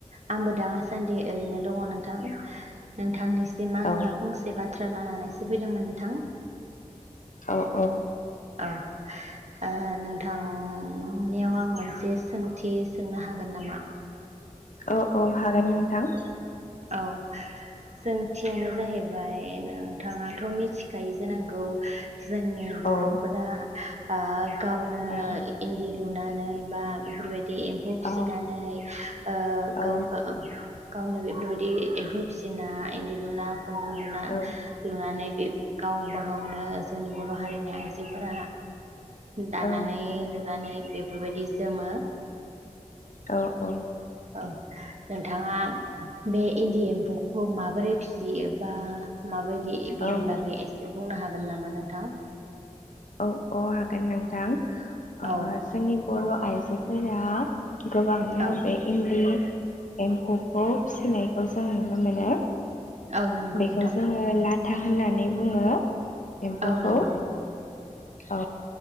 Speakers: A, on the right (about 60°); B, on the left (about 75°).
A: आंबो दासान्दि ओरैनो दङ नोंथां नोंथांनिस सिम आङो
B: औ
A: फंसे बाथ बाथ्रा लानानैसो फैदोंमोन नोंथां।
B: औ औ
A: औ ओ नोंथ थां नियाव आं मोनस बे सोंथि सोंनो हागोन नामा?
B: औ औ हागोन नोंथां।
A: औ सोंथियानो जाहैबाय नोंथाङाथ' मिथिखायो जानांगौ? जोंनि बर'फोरा
B: औ
A: ओ गावनो
B: औ
A: इ इन्दि लुनानै बा बेफोरबायदि एम्फौ फिसिनानै
B: औ
A: ओ
B: औ
A: गावखो ओ गावनो बेफ दि एम्फौ भिसिना इन्दि लुना खुन्दुं लुना
B: औ
A: लुनानै बे गावबा गावनो जोंनि बर' हारिनि आइजोफोरा दानानै
B: औ
A: लुनानै बेफोरबायदि जोमो
B: औ औ
A: औ नोंथाङा बे इन्दि एम्फौखौ माबोरै फिसियो बा माबायदि बे बेनि
B: औ
A: बागै एसे बुंनो हागोन नामा नोंथां?
B: औ अ हागोन नोंथां। अ
A: औ
B: जोंनिम बर' आइजो फोरा गोबांनो
A: औ
B: बे इन्दि एम्फौखौ फिसिनायखौ जों नुनो मोनो।
A: औ नंगौ
B: बेखौ
A: नोंथां
B: जोङो लाथ था होननानै बुङो। एम्फौखौ
A: औ नंगौ
B: औ